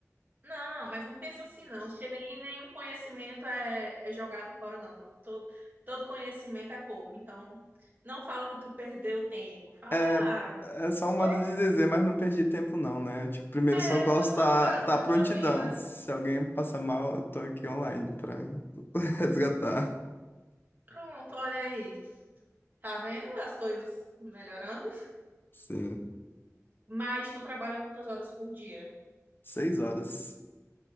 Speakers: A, on the right (about 35°); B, on the left (about 40°).
A: Não, mas não pensa assim não, porque nem nenhum conhecimento é, é jogado fora não, todo, todo, todo conhecimento é pouco, então não fala que tu perdeu tempo, fala,
B: É,
A: ah,
B: é só um modo
A: foi,
B: de dizer, mas não perdi tempo não, né? Tipo, primeiro
A: é,
B: socorro
A: foi uma
B: tá,
A: fase
B: tá
A: da
B: à prontidão.
A: sua vida,
B: Se alguém passar mal, eu tô aqui online pra <laughs> resgatar.
A: pronto, olha aí, tá vendo as coisas melhorando?
B: Sim.
A: Mas tu trabalha quantas horas por dia?
B: Seis horas